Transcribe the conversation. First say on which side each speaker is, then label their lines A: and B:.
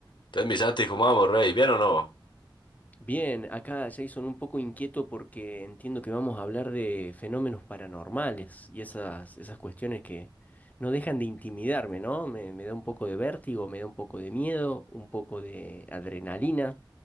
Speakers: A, on the left; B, on the left.
A: Entonces mi Santi dijo, vamos, rey, ¿bien o no?
B: Bien, acá Jason un poco inquieto porque entiendo que vamos a hablar de fenómenos paranormales y esas, esas cuestiones que no dejan de intimidarme, ¿no? Me, me da un poco de vértigo, me da un poco de miedo, un poco de adrenalina.